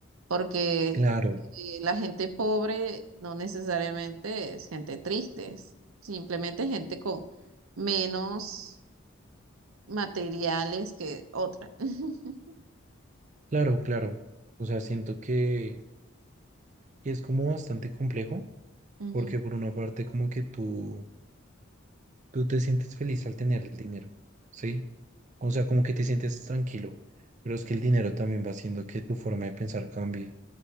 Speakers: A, on the right; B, on the right.
A: Porque
B: Claro,
A: eh, la gente pobre no necesariamente es gente triste, es simplemente gente con menos materiales que otra. <laughs>
B: claro, claro. O sea, siento que que es como bastante complejo,
A: Ujú.
B: porque por una parte como que tú, tú te sientes feliz al tener el dinero, ¿sí? O sea, como que te sientes tranquilo, pero es que el dinero también va haciendo que tu forma de pensar cambie.